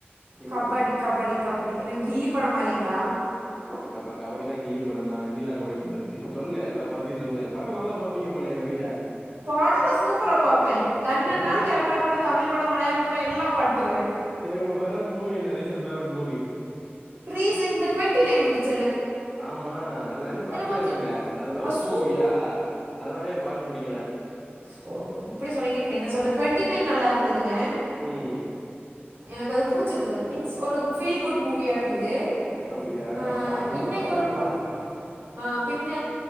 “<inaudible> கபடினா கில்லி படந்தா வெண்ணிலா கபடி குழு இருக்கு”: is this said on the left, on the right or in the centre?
Centre